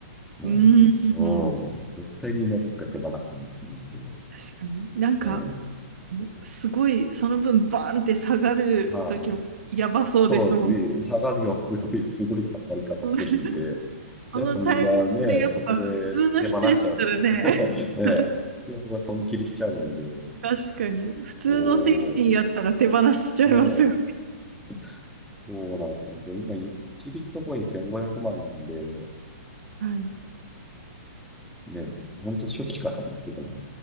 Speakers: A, in the centre; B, on the right.
A: うん。
B: うーん。
A: うん。絶対みんなどっか手放してるんで。
B: 確かに。なんか、
A: ええ
B: すごい、その分、バーンって下がる時もやばそうですもん。
A: はい。そう、え下がりがすごい、すごい下がり方するんで、
B: <laughs> このタイミングでやっぱ、
A: やっぱみんなね、そこで手放しちゃうんです。
B: 普通の人やったらね、
A: <laughs> ねえ、
B: <laughs>
A: 普通はそこは損切りしちゃうんで、
B: 確かに、
A: そ
B: 普通の精神やったら手放しちゃいますよ。
A: う、ねえ、<laughs> そうなんですよ。で、今、1ビットコイン1500万なんで、
B: はい。
A: ね、ほんと初期から持ってたら、